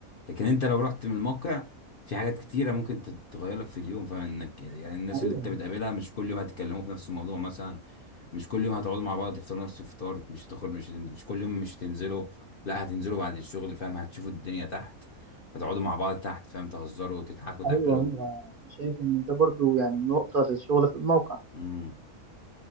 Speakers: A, on the left (about 50°); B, on the right (about 50°).
A: لكن انت لو رحت من الموقع في حاجات كتيره ممكن تتغير لك في اليوم فاهم انك يعني الناس
B: ايوه
A: اللي انت بتقابلها مش كل يوم هتتكلموا في نفس الموضوع مثلا مش كل يوم هتقعدوا مع بعض تفطروا نفس الفطار مش تخرج مش مش كل يوم مش تنزلوا لا هتنزلوا بعد الشغل فاهم هتشوفوا الدنيا تحت هتقعدوا مع بعض تحت فاهم تهزروا تضحكوا تاكلوا
B: ايوه ايوه يعني شايف ان ده برضو يعني نقطة للشغل في الموقع
A: امم